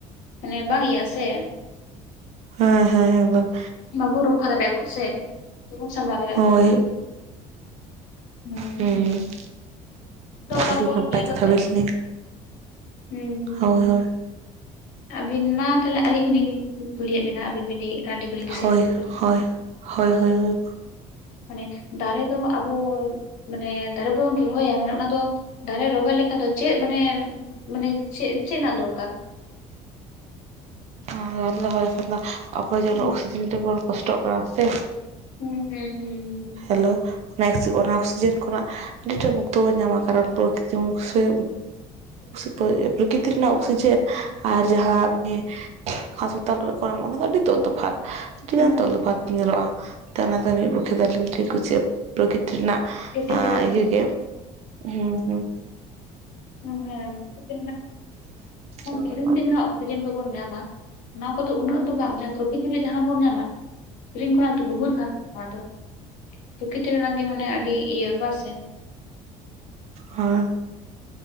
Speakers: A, on the left; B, on the right.
A: ᱢᱟᱱᱮ ᱵᱟᱝ ᱤᱭᱟᱹᱜ-ᱟ ᱥᱮ ᱾
B: ᱟ ᱦᱮᱸ ᱦᱮᱸ ᱵᱟᱸᱝ
A: ᱵᱟᱵᱚ ᱨᱚᱠᱠᱷᱟ ᱫᱟᱲᱮᱭᱟᱜ ᱵᱚᱱ ᱥᱮ, ᱵᱟᱵᱚᱱ ᱥᱟᱢᱵᱟᱣ ᱫᱟᱲᱮᱭᱟᱜ
B: ᱦᱳᱭ
A: ᱵᱚᱱ ᱱᱚᱝᱠᱟᱼᱼ ᱞᱮᱠᱟ ᱦᱮᱸ
B: ᱦᱩᱸ
A: ᱫᱚ ᱚᱱᱟ
B: ᱟᱹᱰᱤ
A: ᱠᱚ
B: ᱱᱟᱯᱟᱭ
A: ᱤᱭᱟᱹ
B: ᱠᱟᱛᱷᱟ
A: ᱠᱟᱛᱮᱫ,
B: ᱵᱮᱱ ᱞᱟᱹᱭ
A: ᱦᱩᱸ ᱦᱩᱸ
B: ᱦᱳᱭ
A: ᱦᱩᱸ
B: ᱦᱳᱭ
A: ᱾ ᱟᱹᱵᱤᱱ ᱢᱟ ᱛᱟᱞᱦᱮ ᱟᱹᱞᱤᱧ ᱦᱚᱸ ᱞᱤᱧ ᱠᱩᱞᱤᱭᱮᱫ ᱵᱤᱱᱟ, ᱟᱹᱵᱤᱱ ᱵᱤᱱ ᱞᱟᱹᱭᱮᱫᱼᱟ ᱼᱼ <unintelligible> ᱠᱚᱞᱤᱧ ᱫᱤᱥᱟᱹ
B: ᱦᱳᱭ
A: ᱧᱟᱢ ᱠᱮᱫᱟ ᱾
B: ᱦᱳᱭ ᱦᱳᱭ ᱦᱳᱭ ᱦᱳᱭ
A: ᱢᱟᱱᱮ ᱫᱟᱨᱮ ᱫᱚ ᱟᱵᱚᱼᱼ ᱢᱟᱱᱮ ᱫᱟᱨᱮ ᱵᱚᱱ ᱨᱚᱦᱚᱭᱟ, ᱢᱟᱱᱮ ᱚᱱᱟ ᱫᱚ ᱫᱟᱨᱮ ᱨᱚᱦᱚᱭ ᱞᱮᱠᱷᱟᱱ ᱫᱚ ᱪᱮᱫ ᱢᱟᱱᱮᱼᱼ ᱢᱟᱱᱮ ᱪᱮᱫ, ᱪᱮᱫ ᱨᱮᱱᱟᱜ ᱫᱚᱨᱠᱟᱨ?
B: <unintelligible> ᱟᱵᱚ ᱡᱮ
A: ᱦᱩᱸ
B: ᱨᱚᱜᱽ ᱚᱠᱥᱤᱡᱮᱱ ᱛᱮ ᱵᱚᱱ ᱠᱚᱥᱴᱚᱜ ᱠᱟᱱᱟ ᱥᱮ ᱾
A: ᱦᱩᱸ ᱦᱩᱸ ᱦᱩᱸ ᱦᱩᱸ ᱾
B: ᱦᱮᱞᱳ <unintelligible> ᱚᱠᱥᱤᱡᱮᱱ ᱠᱷᱚᱱᱟᱜ ᱾ ᱟᱹᱰᱤᱴᱟᱜ ᱢᱩᱠᱛᱚ ᱵᱚᱱ ᱧᱟᱢᱟ, ᱠᱟᱨᱚᱱ ᱛᱚ ᱠᱤᱪᱷᱩ ᱯᱨᱚᱨᱤᱛ <unintelligible> ᱯᱨᱚᱠᱨᱤᱛᱤ ᱨᱮᱱᱟᱜ ᱚᱠᱥᱤᱡᱮᱱ ᱟᱨ ᱡᱟᱦᱟᱸ <unintelligible> ᱦᱟᱸᱥᱯᱟᱛᱟᱞ ᱠᱚᱨᱮᱜ ᱠᱚ ᱮᱢᱚᱜ-ᱟ, ᱚᱱᱟ ᱫᱚ ᱟᱹᱰᱤ ᱛᱚᱞ ᱛᱚᱯᱷᱟᱛ ᱾ ᱟᱹᱰᱤ
A: ᱦᱩᱸ
B: ᱜᱟᱱ ᱛᱚᱞ ᱛᱚᱯᱷᱟᱛ ᱧᱮᱞᱚᱜ-ᱟ, ᱚᱱᱟ ᱛᱮ ᱢᱤᱫ ᱯᱚᱠᱠᱷᱮ ᱫᱚ ᱟᱹᱞᱤᱧ ᱴᱷᱤᱡ ᱠᱩ ᱪᱤᱛᱼᱼ ᱯᱨᱚᱠᱨᱤᱛᱤ ᱨᱮᱱᱟᱜ
A: ᱯᱨᱚᱠᱤᱛᱤ
B: ᱟᱸ
A: ᱨᱮᱱᱟᱜ
B: ᱤᱭᱟᱹ ᱜᱮᱭᱟ, ᱦᱮᱸ ᱦᱮᱸᱼᱼ
A: ᱢᱮᱱ ᱟᱹᱧ <unintelligible>
B: ᱦᱳᱭ
A: ᱠᱤᱨᱤᱧ ᱛᱮ ᱦᱟᱸᱜ ᱚᱠᱥᱤᱡᱮᱱ ᱠᱚ ᱵᱚᱱ ᱧᱟᱢᱟ᱾ ᱚᱱᱟ ᱠᱚᱫᱚ ᱩᱱᱟᱹᱜ ᱫᱚ ᱵᱟᱝ, ᱡᱟᱦᱟᱸ ᱯᱨᱚᱠᱨᱤᱛᱤ ᱨᱮ ᱡᱟᱦᱟᱸ ᱵᱚᱱ ᱧᱟᱢᱟ ᱾ ᱠᱤᱨᱤᱧ ᱠᱷᱚᱱᱟᱜ ᱫᱚ ᱵᱚᱦᱩᱛ ᱟ ᱟᱴᱟ, ᱯᱨᱚᱠᱤᱛᱤ ᱨᱮᱱᱟᱜ ᱜᱮ ᱢᱟᱱᱮ ᱟᱹᱰᱤ ᱤᱭᱟᱹ ᱵᱟ ᱥᱮᱼᱼ
B: ᱦᱮᱸ